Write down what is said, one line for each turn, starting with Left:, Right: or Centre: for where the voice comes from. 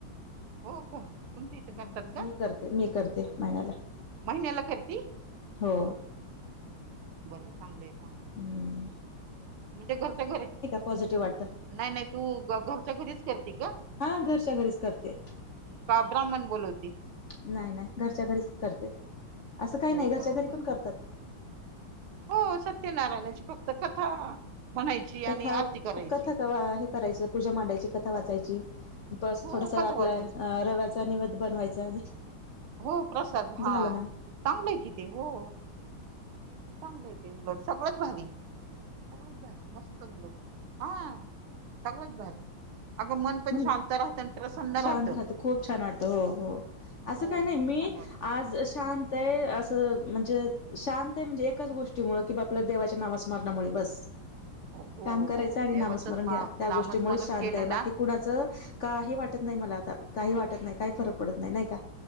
Right: हो का तुमच्या इथं
Left: हम्
Right: करतात का
Left: मी करते मी करते महिन्याला.
Right: महिन्याला करती?
Left: हो
Right: चांगलय.
Left: हम्म.
Right: म्हणजे घरच्या घरी,
Left: पॉझिटिव्ह वाटतं
Right: नाही नाही तू घरच्या घरीच कर - ती का?
Left: हा घरच्या घरीच करते
Right: का ब्राह्मण बोलवती?
Left: नाही नाही घरच्या घरीच करते. असं काही
Right: हो
Left: नाही घरच्या
Right: का
Left: घरी
Right: बर
Left: पण
Right: झाल.
Left: करतात
Right: हो सत्यनारायणाची फक्त कथा म्हणायची
Left: कथा
Right: आणि आरती करायची
Left: कथा हे करायचं पूजा मांडायची, कथा वाचायची, बस
Right: हो
Left: थोडस आपल
Right: कथा वाचायची
Left: रव्याचा निवद बनवायचा
Right: हो प्रसाद हा
Left: झालं मग
Right: चांगलंय कि ते. हो. चांगले आहे ते उलट, सगळ्यात भारी, सगळत भारी, मस्त उलट. हा सगळंच भारी अगं मन पण
Left: मग
Right: शांत राहत, आणि प्रसन्न
Left: शांत
Right: राहतं
Left: राहत, खूप छान वाटत. हो हो असं
Right: हो
Left: काही नाही
Right: खूप
Left: मी
Right: छान वाटत.
Left: आज शांत आहे असं म्हणजे शांत आहे म्हणजे एकाच गोष्टी मूळ कि बा आपल्या देवाच्या नामस्मारणामुळे बस.
Right: हो
Left: काम करायचं आणि
Right: देवाचंच
Left: नामस्मरण
Right: ना
Left: घ्या त्या
Right: नामस्मरण
Left: गोष्टीमुळे शांत
Right: केलं
Left: आहे बाकी
Right: ना
Left: कुणाचं काही वाट मला आता काही वाटत नाही काही फरक पडत नाही नाही का?